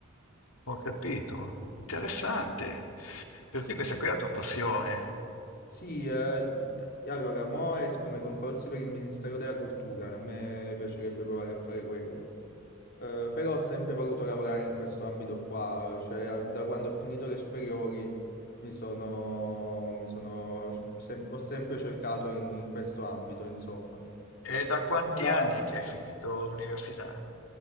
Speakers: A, on the left; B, on the left.
A: Ho capito. Interessante. Per cui questa qui è la tua passione.
B: Sì, eh, allora, mo escono i concorsi per il Ministero della Cultura, a me piacerebbe provare a fare quello. Eh, però ho sempre voluto lavorare in questo ambito qua, cioè eh, da quando ho finito le superiori mi sono, mi sono sem- ho sempre cercato in, in questo ambito, insomma.
A: È da quanti
B: Già,
A: anni è che hai finito l'università?